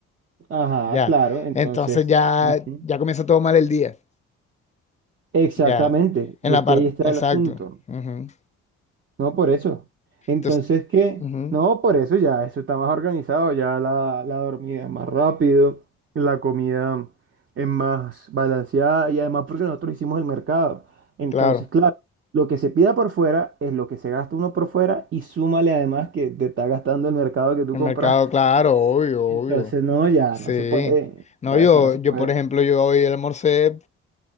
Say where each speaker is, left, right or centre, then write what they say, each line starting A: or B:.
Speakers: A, on the right; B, on the left.
A: Ajá,
B: ya.
A: claro, entonces.
B: Entonces ya,
A: ujú.
B: ya comienza todo mal el día,
A: Exactamente,
B: ya. En
A: y
B: la
A: es que
B: parte,
A: ahí está
B: exacto.
A: el asunto.
B: ujú.
A: No por eso. Entonces,
B: Entonces,
A: ¿qué?
B: ujú,
A: No, por eso ya, eso está más organizado, ya la, la dormida es más rápido, la comida es más balanceada y además porque nosotros hicimos el mercado. Entonces,
B: claro,
A: claro, lo que se pida por fuera es lo que se gasta uno por fuera y súmale además que te está gastando el mercado que tú
B: el
A: compraste.
B: mercado, claro, obvio, obvio,
A: Entonces, no, ya
B: sí.
A: no se puede,
B: No,
A: ya
B: yo,
A: eso no se
B: yo,
A: puede.
B: por ejemplo, yo hoy almorcé